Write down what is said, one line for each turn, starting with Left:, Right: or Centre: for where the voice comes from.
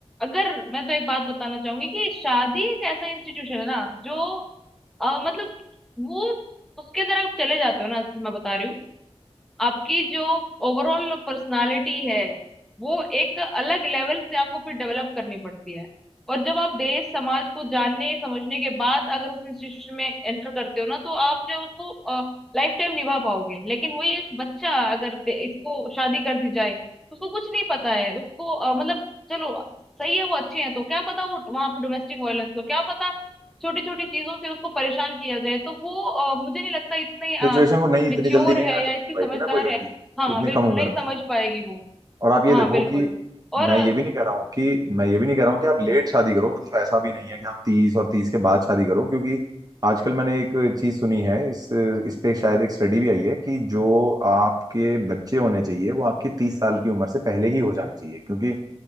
Centre: अगर मैं तो एक बात बताना चाहूंगी कि शादी एक ऐसा इंस्टीट्यूशन है ना जो अ, मतलब वो उसके अंदर आप चले जाते हो ना जैसे मैं बता रही हूँ आपकी जो ओवरऑल पर्सनालिटी है वो एक अलग लेवल से आपको फिर डेवलप करनी पड़ती है और जब आप देश समाज को जानने समझने के बाद अगर उस इंस्टीट्यूशन में एंटर करते हो ना तो आप जो उसको लाइफ टाइम निभा पाओगे लेकिन वही एक बच्चा अगर दे- इसको शादी कर दी जाए उसको कुछ नहीं पता है उसको अ, मतलब चलो सही है वो अच्छे हैं तो क्या पता वो वहां पे डोमेस्टिक वायलेंस हो क्या पता छोटी छोटी चीजों से उसको परेशान किया जाए तो वो अ, मुझे नहीं लगता इतने
Right: सिचुएशन को नहीं इतनी
Centre: मेच्योर
Right: जल्दी नहीं
Centre: है
Right: हैंडल
Centre: या
Right: कर
Centre: इतनी समझदार
Right: पाएगी ना कोई लड़की
Centre: है हाँ
Right: इतनी
Centre: बिल्कुल
Right: कम उम्र
Centre: नहीं
Right: में
Centre: समझ पाएगी वो
Right: और आप ये
Centre: हाँ
Right: देखो
Centre: बिल्कुल
Right: कि
Centre: और
Right: मैं
Centre: अ,
Right: ये भी नहीं कह रहा हूँ कि मैं ये भी नहीं कह रहा हूँ कि आप लेट शादी करो मतलब ऐसा भी नहीं है कि आप तीस और तीस के बाद शादी करो क्योंकि आजकल मैंने एक चीज सुनी है इस इस पे शायद एक स्टडी भी आई है कि जो आपके बच्चे होने चाहिए वो आपकी तीस साल की उम्र से पहले ही हो जाने चाहिए क्योंकि